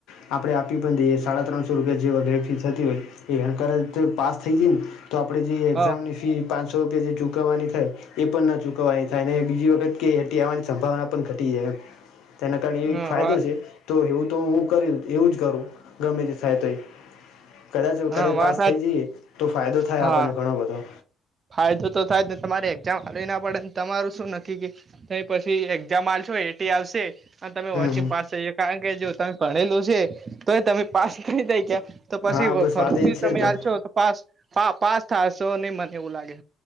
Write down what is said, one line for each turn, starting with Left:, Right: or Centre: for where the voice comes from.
Left: આપડે આપી પણ દઈએ સાડા ત્રણસો રૂપિયા જે વગેરે ફીસ થતી હોય. ઈ એન કર જે પાસ થઈ જઈએ ને તો આપણે જે એક્ઝામની
Right: હા
Left: ફી પાંચસો રૂપિયા જે ચૂકવવાની થાય એ પણ ન ચૂકવવાની થાય અને બીજી વખત કે કેટી આવવાની સંભાવના પણ ઘટી જાય એમ તેના કારણે
Right: હ
Left: એ એક ફાયદો છે. તો એવું તો હું કરીત એવું જ કરું ગમે તે થાય તે. કદાચ જો
Right: હા
Left: કદાચ
Right: વાત
Left: પાસ થઈ જઈએ તો ફાયદો થાય
Right: હા
Left: આપણને ઘણો બધો.
Right: ફાયદો તો થાય ને તમારે એક્ઝામ આવી ના પડે ને તમારું શું નક્કી કે તોય પછી એક્ઝામ માલશો એટી આવશે આ તમે
Left: હમ
Right: વચિંગ
Left: હમ
Right: પાસ થઈ જ કારણ કે જો તમે ભણેલું છે તો એ તમે પાસ થાય <unintelligible> ક્યા. તો પછી
Left: હા બસ
Right: ફરથી
Left: વાત એ જ છે
Right: તમે
Left: ને તાર
Right: આશો પાસ પાસ થશો નહી મને એવું લાગે.